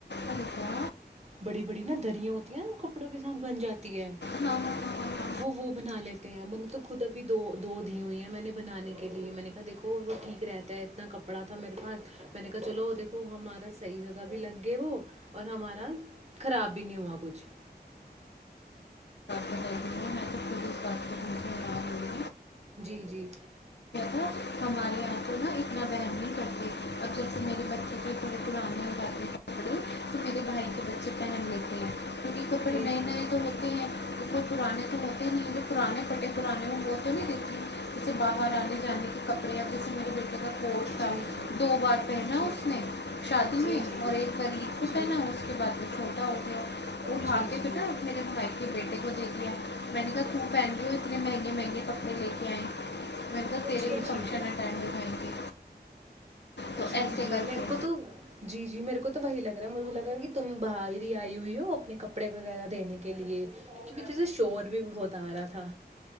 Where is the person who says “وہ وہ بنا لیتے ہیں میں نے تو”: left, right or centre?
Right